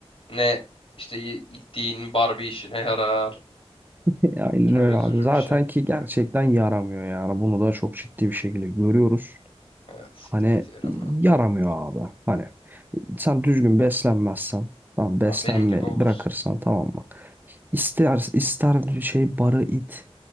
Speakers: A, on the left; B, on the right.
A: ne işte ye- içtiğin bar bir işine yarar.
B: <laughs> aynen
A: Çok
B: öyle
A: üzücü
B: abi. Zaten
A: bir şey.
B: ki gerçekten yaramıyor yani. Bunu da çok ciddi bir şekilde görüyoruz.
A: Evet.
B: Hani
A: Evet yaramıyor.
B: yaramıyor abi. Hani sen düzgün beslenmezsen, tamam beslenme
A: Ha, benim gibi olursun.
B: bırakırsan tamam mı? İster ister şey barı it,